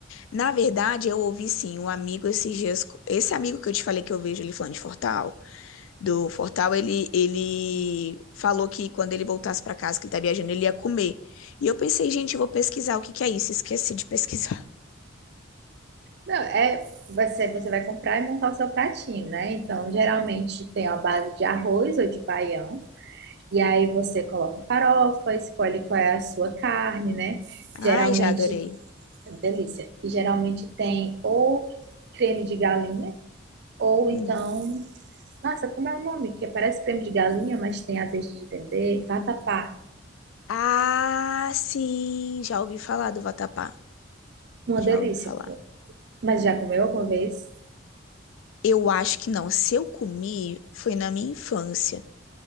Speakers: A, on the left (about 85°); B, on the right (about 60°).
A: Na verdade, eu ouvi sim um amigo esses dias. Esse amigo que eu te falei que eu vejo ele falando de Fortal, do Fortal, ele, ele falou que quando ele voltasse pra casa, que ele tá viajando, ele ia comer. E eu pensei, gente, eu vou pesquisar o que que é isso. Esqueci de pesquisar.
B: Não, é você, você vai comprar e montar o seu pratinho, né? Então, geralmente tem uma base de arroz ou de baião. E aí você coloca farofa, escolhe qual é a sua carne, né?
A: Ai,
B: Geralmente,
A: já adorei.
B: delícia. E geralmente tem ou creme de galinha, ou
A: Uhum.
B: então, nossa, como é o nome? Que parece creme de galinha, mas tem azeite de dendê, vatapá.
A: Ah, sim, já ouvi falar do vatapá.
B: Uma delícia,
A: Já ouvi falar.
B: pô. Mas já comeu alguma vez?
A: Eu acho que não. Se eu comi, foi na minha infância.